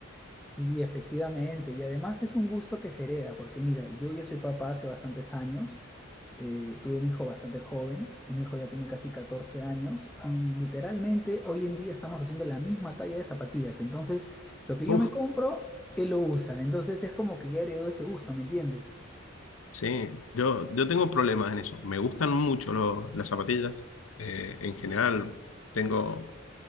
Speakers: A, in the centre; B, on the left.
A: Y efectivamente, y además es un gusto que se hereda, porque mira, yo ya soy papá hace bastantes años, eh, tuve mi hijo bastante joven, eh, mi hijo ya tiene casi 14 años, y literalmente hoy en día estamos haciendo la misma talla de zapatillas, entonces lo que
B: Uf,
A: yo me compro, él lo usa, entonces es como que ya heredó ese gusto, ¿me entiendes?
B: Sí, yo, yo tengo problemas en eso. Me gustan mucho lo- las zapatillas. Eh, en general tengo